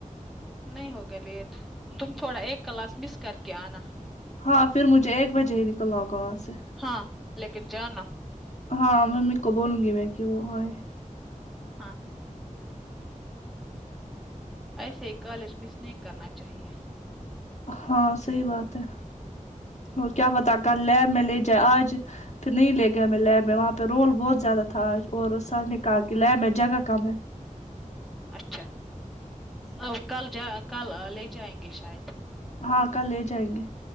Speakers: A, in the centre; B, on the left (about 55°).
A: نہیں ہوگا لیٹ تم تھوڑا ایک کلاس مس کر کے آنا
B: ہاں پھر مجھے ایک بجے ہی نکلنا ہوگا وہاں سے
A: ہاں لیکن جانا
B: ہاں ممی کو بولوں گی میں کہ وہ ائے
A: ہاں ایسے ہی کالج مس نہیں کرنا چاہیے
B: ہاں صحیح بات ہے اور کیا پتا کل لے میں لے جائے آج پھر نہیں لے گیا ہم لیب میں وہاں پہ رول بہت زیادہ تھا آج اور سر نے کہا کہ لیب میں جگہ کم ہے
A: اچھا ا کل جا کل لے جائیں گے شاید
B: ہاں کل لے جائیں گے